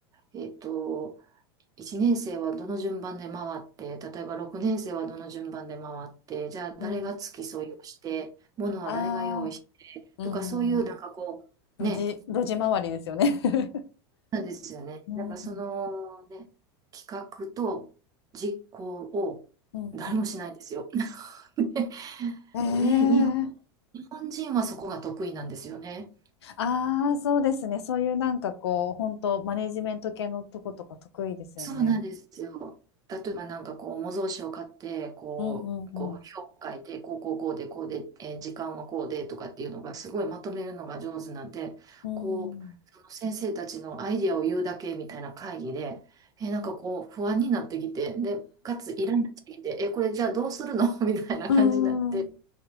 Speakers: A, on the right; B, on the left.
A: えっと、1年生はどの順番で回って、例えば6年生はどの順番で回って、じゃあ誰が付き添いをして、
B: うん
A: 物は誰が用意してとか、
B: ああうんう
A: そういうなんかこう、
B: んうん。
A: ね、
B: 路地、路地周りですよね。<laughs>
A: なんですよね。
B: うん。
A: なんかそのね、企画と実行を誰もしないんですよ。
B: うん。うん。
A: <laughs>
B: ええ
A: で、日本、日本人はそこが得意なんですよね。
B: ああ、そうですね。そういうなんかこう、本当マネジメント系のとことか得意ですよね。
A: そうなんですよ。例えばなんかこう、模造紙を買って、こう、
B: うんうんうん。
A: こう、表を書いて、こう、こう、こうで、こうで、えー時間はこうでとかっていうのが、すごいまとめるのが上手なんで、
B: うん。
A: こう、その先生たちのアイディアを言うだけみたいな会議で、えーなんかこう、不安になってきて、で、かつイライラしてきて、えーこれじゃあどうするの <laughs> みたいな感じになって、
B: うんうんうん